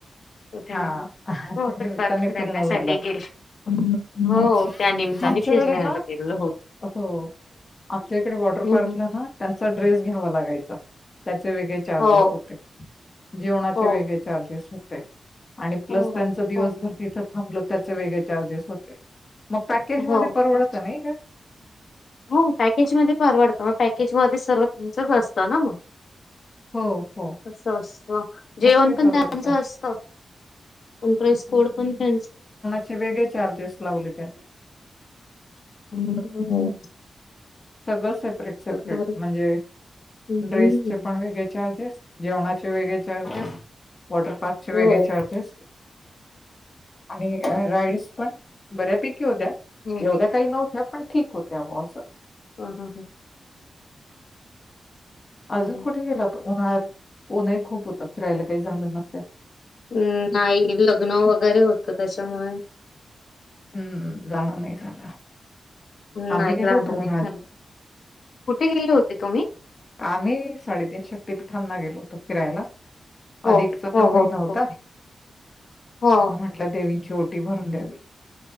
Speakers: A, on the left; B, on the left.
A: कुठे
B: हां.
A: नाही हो. वॉटरपार्क
B: त्यानिमित्ताने
A: फिरण्यासाठी
B: फिरणं झालं.
A: गेले. हो.
B: अच्छा.
A: त्यानिमित्ताने
B: आमच्याकडे
A: फिरण्यासाठी
B: ना
A: गेलो हो
B: हो. आमच्या इकडे वॉटर
A: हम्म,
B: पार्कला
A: हम्म.
B: ना त्यांचा ड्रेस घ्यावा लागायचा. त्याचे वेगळे चार्जेस
A: हो
B: होते. जेवणाचे
A: हो
B: वेगळे चार्जेस होते आणि प्लस
A: हो
B: त्यांच
A: हो हो
B: दिवसभर
A: हो
B: तिथं थांबलो त्याचे वेगळे चार्जेस हो मग पॅकेज
A: हो
B: मध्ये परवडतं
A: का?
B: नाही का?
A: हो पॅकेज मध्ये परवडतं. मग पॅकेज मध्ये सर्व तुमचंच असतं ना मग?
B: हो, हो.
A: अस असं. जेवण
B: मग ते
A: पण
B: परवडतं.
A: त्यांचं असतं. ड्रेस कोड पण त्यांचा
B: त्याचे वेगळे चार्जेस लावले त्यांनी.
A: हम्म हम्म.
B: सगळं सेपरेट सेपरेट.
A: भारी
B: म्हणजे
A: हम्म
B: ड्रेस चे पण वेगळे चार्जेस. जेवणाचे वेगळे चार्जेस, वॉटर पार्कचे
A: हो.
B: वेगळे चार्जेस आणि राइड्स पण, बऱ्यापैकी होत्या.
A: हो
B: एवढ्या काही नव्हत्या, पण ठीक होत्या ब असं.
A: हं हं हं. हो
B: अजून
A: हो.
B: कुठे गेला तो उन्हाळ्यात? ऊन ही खूप होतं. फिरायला काही झालं नसेल.
A: हम्म, नाही लग्न वगैरे होतं त्याच्यामुळे.
B: हम्म. जाणं नाही झालं. आम्ही
A: नाही
B: गेलो
A: जाणं
B: होतो
A: नाही
B: उन्हाळ्यात.
A: झालं. कुठे गेले होते तुम्ही?
B: आम्ही, साडेतीन शक्तीपीठांना गेलो होतो फिरायला.
A: हो
B: अधिकचा
A: हो
B: पण महिना
A: हो हो
B: होता.
A: हो हो
B: म म्हण आपल्या देवींची ओटी भरून द्यावी.